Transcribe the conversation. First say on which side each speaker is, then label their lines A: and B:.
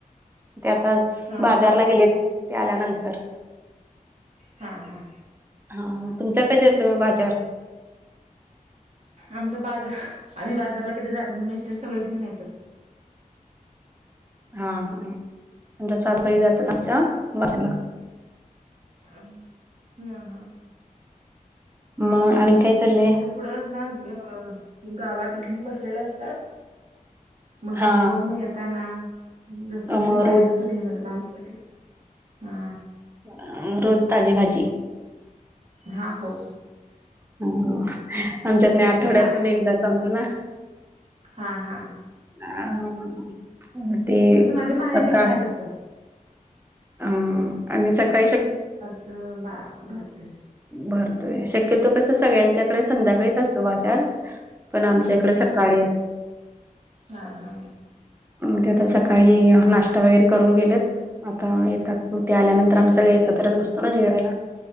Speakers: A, on the right (about 15°); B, on the right (about 55°).
A: ते आता
B: हा
A: बाजारला गेलेत ते आल्यानंतर
B: हां हां
A: हा तुमचा कधी असतो म बाजार
B: आमच बाजार आम्ही बाजारला कधी जात नाही मिस्टर सगळं घेऊन येतात
A: हा हा म्हज सासबाई जातात आमच्या बाजाराला,
B: ह ह हा,
A: मग आणि काय, चाललंय
B: म तर पुढं ना अ गावात घेऊन बसलेले असतात! मग
A: हा
B: कामावरून येेतना, जस त्यांनी
A: मग
B: पाहिजे
A: रोज
B: तस घेऊन येतात आम्ही कधी हा.
A: अ, रोज ताजी भाजी.
B: हा हो,
A: ह, आमच्यात नाही आठवड्यातून
B: इकडं
A: एकदा सांगतो ना.
B: हां हां,
A: काय आणू बोलला ह म ते
B: तसं माझ्या माहेरी
A: सकाळ.
B: आहे तसं
A: हम आणि सकाळी शक्य,
B: चं बा भरते,
A: भरतोय शक्यतो कस सगळ्यांच्याकडे संध्याकाळीच असतो बाजार. पण आमच्या
B: हम्म हम्म
A: इकडे सकाळी असतो.
B: हा हा.
A: हं ते आता सकाळी नाश्ता वगैरे करून गेलेत. आता येतात ते आल्यानंतर आम्ही सगळे एकत्रच बसतो ना जेवायला.